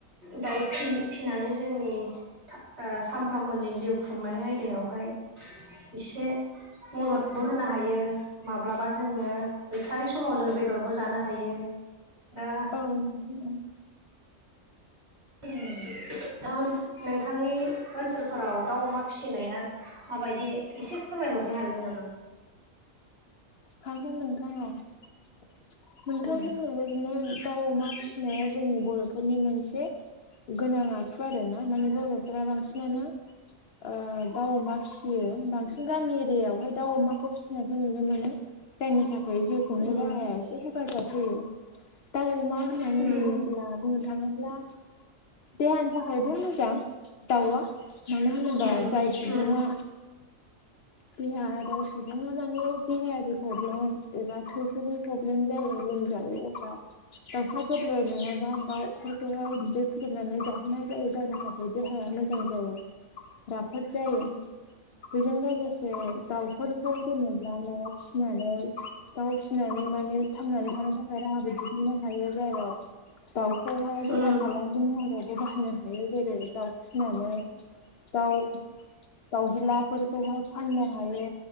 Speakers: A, on the right; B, on the left.
A: दाउ फि-फिनानै जोंनि था ओ सामफ्रोमबोनि जिउ खुंनाय आयदायावहाय एसे मददबो होनो हायो। माब्लाबा जोङो गैथारि समाव जों बेदरबो जानो हायो। ओ
B: हायोमोथ' आरो
A: उम दा नोंथांनि ओनसोलफोराव दाउ, अमा फिनाया माबायदि एसे फोरमायहरनो हागोन नामा?
B: हागोन नोंथां औ। नोंथां
A: ओम
B: बुंनाय बाय दिनो दाउ, अमा फिनाया जोंनि बर'फोरनि मोनसे गोनां आखु आरोना माने बर' दा बांसिनानो ओ दाउ अमा फिसियो बां सिन गामि एरियायावहाय दाउ अमाखौ फिसिनायखौ नुनो मोनो। जायनि थाखाय जिउ खुंनाय
A: ओम
B: राहाया एसे हेफाजाब होयो। दाव अमा होननानै
A: ओम
B: बुङोब्ला बुंनो थाङोब्ला देहानि थाखायबो मोजां। दावा मानो होनोबा
A: ओम
B: जाय सुबुङा
A: ओम
B: देहा गाव सुबुंआ माने देहायारि प्रब्लेम खिथ एबा थैफोरनि प्रब्लेम जायो लोमजायो अब्ला दाउसा गोरलै नङाबा दाउफोरखौहाय बिदै फुदुंनानै जाहोनाय जायो। जायनि थाखाय खौ देहाया मोजां जायो। राफ फोद जायो बेजों लोगोसे दाउफोरखौ जेनेबा न'आव फिसि नानै दाउ फिसिनानै माने थांनानै थानो थाखाय राहाबो दिहुननो हायो। जेराव दाउखौहाय बेफार
A: ओम
B: फालांगि महरावबो बाहायनो हायो। जेरै दाउ फिसिनानै दाउ दाउज्लाफोरखौहाय फाननो हायो